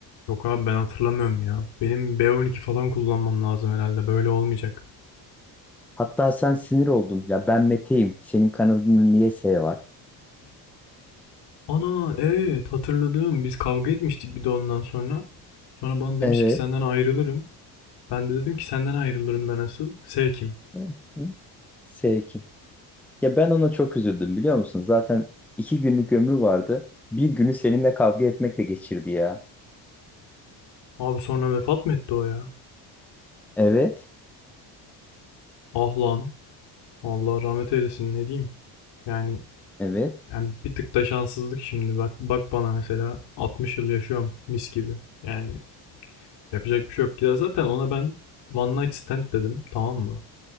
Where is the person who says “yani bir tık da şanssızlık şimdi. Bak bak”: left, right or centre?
Left